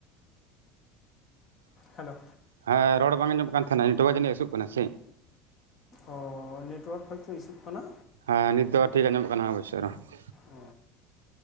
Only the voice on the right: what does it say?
ᱦᱮᱸ ᱨᱚᱲ ᱵᱟᱝ ᱟᱸᱡᱚᱜ ᱠᱟᱱ ᱛᱟᱦᱮᱱᱟ ᱱᱮᱴᱣᱟ ᱡᱟᱹᱱᱤᱡ ᱤᱫᱤᱜ ᱠᱟᱱᱟ ᱥᱮᱜ?
ᱦᱮᱸ ᱱᱤᱛ ᱫᱚ ᱴᱷᱤᱠ ᱟᱡᱚᱢᱚᱜ ᱠᱟᱱᱟ <unintelligible>